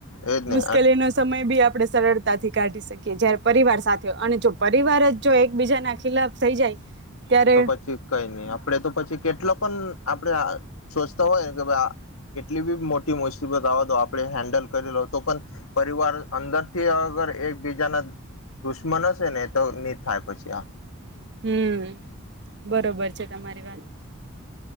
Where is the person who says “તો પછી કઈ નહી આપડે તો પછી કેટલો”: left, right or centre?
Left